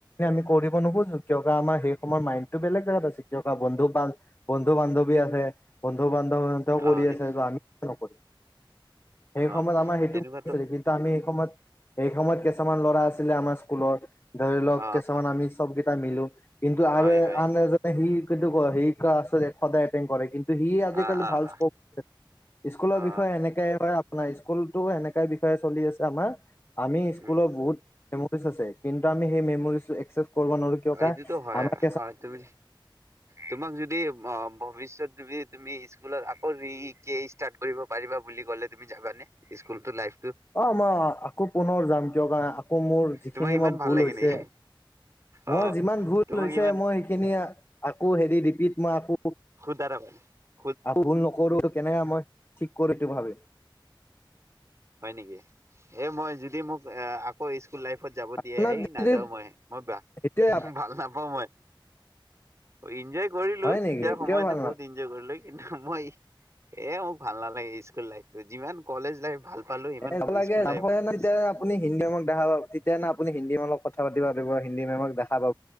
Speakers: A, on the left; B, on the right.
A: আমি কৰিব নোখোজোঁ কিয়া আমাৰ সেই সময়ৰ মাইণ্ড। এইটো বেলেগ জেগাত আছে, কিয়বা বন্ধু বান বন্ধু, বান্ধৱী আছে বন্ধু, বান্ধৱ। সিহতে
B: আহ
A: কৰি
B: সেইটো
A: আছে আমি ন কৰি সেই
B: অ
A: সময়ত আমাৰ সেইটো
B: তেনেকুৱাতো
A: কিন্তু আমি সেই সময়ত এই সময়ত কিইছামান ল'ৰা আছিলে আমাৰ স্কুলত ধৰি লওক
B: অ
A: কিছুমান
B: অ
A: আমি চব তাৰ মিলো কিন্তু আৰু
B: হয় হয়
A: সি কিন্তটো সেই আছে সদায় এটেং কৰে কিন্তু সি আজিকালি
B: অ অ
A: ভাল
B: অ
A: স্কপ স্কুলৰ
B: অ
A: বিষয়ে এনেকে হয় আাৰ স্কুলতো এনেকাই বিষয়ে চলি আছে আমাৰ আমি স্কুলত
B: উম
A: বহুত মেমৰিজ আছে কিন্তু আমি সেই মেমৰিজটো একচেছ কৰিব নোৱাৰো কিয়
B: এইটোতো
A: ক
B: হয়
A: আমাক
B: অ তুমি তোমাক যদি ভৱিষ্যত তুমি তুমি মি স্কুলত আকৌ ৰিকে ষ্টাৰ্ট কৰিব পাৰিবা বুলি ক'লে তুমি যাবানে স্কুলতো লাইফ
A: অ মই আকৌ পুনৰ যাম কিয় কাৰণ আকৌ মোৰ যিখিনি
B: তোমাক ইমান
A: মই
B: ভাল
A: ভুল
B: লাগে
A: হৈছে
B: নেকি? অ',
A: মোৰ যিমান ভুল
B: তোমাক
A: হৈছে
B: ইমান
A: মই সেইখিনি আকৌ হেৰি ৰিপিট মই আকৌ
B: বাৰবাৰ
A: আক ভুল নকৰো কেনেকে মই ঠিক কৰো এইটো ভাবিম
B: হয় নেকি এ মই যদি মোক আকৌ স্কুল লাইফত যাব
A: আপোনাক
B: দিয়ে হেই
A: যদি
B: নাযাও মই মই
A: সেইটোৱে
B: ভাল নাপাওঁ মই ইনজয় কৰিলো
A: হয়
B: তেতিয়া
A: নেকি
B: সময়তো
A: কিয় ভাল
B: বহুত
A: নাপ
B: এনজয় কৰিলো মই এ মোক ভাল নালাগে স্কুল লাইফতো যিমান কলেজ লাইফ ভাল পালো সিমান
A: এ
B: স্কুল লাইফ বেছি
A: নে আপুনি হিন্দী মেমক দেখা তেতিয়া না আপুনি হিন্দী মেমক কথা পাতিবা লাগিব হিন্দী মেমক আকৌ